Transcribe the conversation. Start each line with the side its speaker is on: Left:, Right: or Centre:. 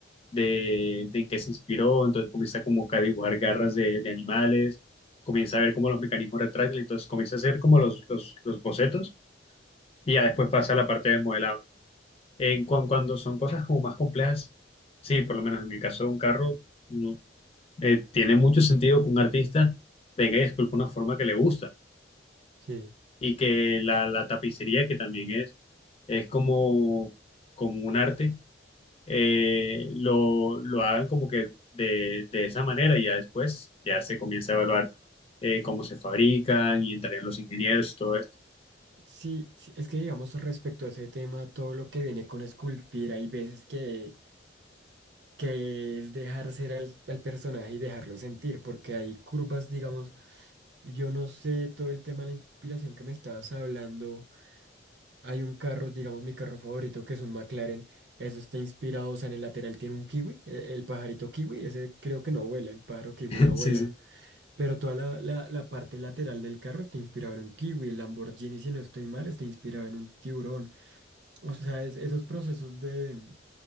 Left: de, de en qué se inspiró, entonces comienza como que a dibujar garras de, de animales, comienza a ver como los mecanismos retráctiles, entonces comienza a hacer como los, los, los bocetos y ya después pasa a la parte del modelado. En cuan- cuando son cosas como más complejas, sí, por lo menos en el caso de un carro, no, eh, tiene mucho sentido que un artista venga y esculpa una forma que le gusta
Right: sí.
Left: y que la, la tapicería, que también es, es como, como un arte, eh, lo, lo hagan como que de, de esa manera y ya después ya se comienza a evaluar eh, cómo se fabrican y entrarían los ingenieros y todo esto.
Right: Sí, sí, es que digamos respecto a ese tema, todo lo que viene con esculpir, hay veces que, que es dejar ser al, al personaje y dejarlo sentir, porque hay curvas, digamos, yo no sé todo el tema de la inspiración que me estabas hablando Hay un carro, digamos mi carro favorito, que es un McLaren. Eso está inspirado, o sea, en el lateral tiene un kiwi, e- el, pajarito kiwi, ese creo que no vuela, el pájaro kiwi
Left: <laughs>
Right: no vuela.
Left: Sí, sí,
Right: Pero toda la, la- la parte lateral del carro está inspirado en un kiwi, el Lamborghini, si no estoy mal, está inspirado en un tiburón. O sea, es- esos procesos de